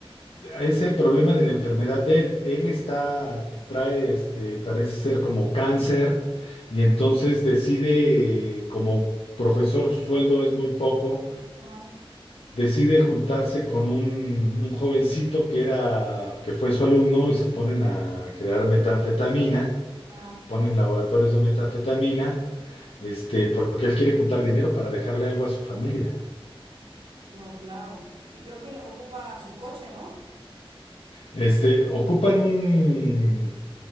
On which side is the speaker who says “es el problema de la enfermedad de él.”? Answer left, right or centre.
Left